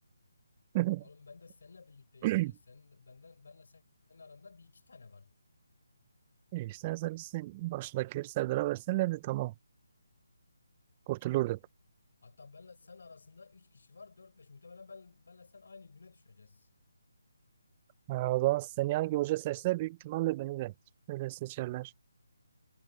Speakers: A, on the left; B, on the right.
A: <laughs>
B: <laughs>
A: Oğlum ben de seninle birlikteyim
B: <clears throat>
A: işte. Sen benden benle senin aranda bir iki tane var.
B: E istersen biz sen başındakileri Serdar'a versenler de tamam. Kurtulurduk.
A: Hatta benle sen arasında üç kişi var. Dört beş muhtemelen ben, benle sen aynı güne düşeceğiz.
B: Ha, o zaman seni hangi hoca seçse büyük ihtimalle beni de öyle seçerler.